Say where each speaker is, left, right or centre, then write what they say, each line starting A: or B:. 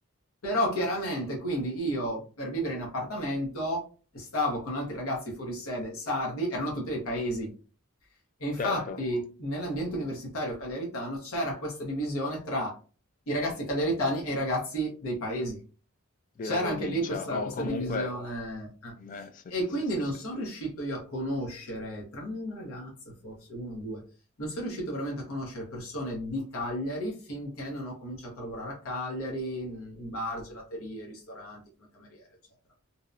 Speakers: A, on the left; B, on the left.
A: Però chiaramente, quindi io per vivere in appartamento stavo con altri ragazzi fuori sede sardi, erano tutti dei paesi, e infatti
B: certo,
A: nell'ambiente universitario cagliaritano c'era questa divisione tra i ragazzi cagliaritani e i ragazzi dei paesi.
B: della
A: C'era
B: provincia
A: anche lì questa,
B: o
A: questa
B: comunque,
A: divisione. eh.
B: eh, sì, sì,
A: E quindi
B: sì, sì,
A: non
B: sì,
A: sono
B: sì.
A: riuscito io a conoscere, tranne una ragazza, forse uno o due, non sono riuscito veramente a conoscere persone di Cagliari finché non ho cominciato a lavorare a Cagliari, in in bar, gelaterie, ristoranti, come cameriere, eccetera.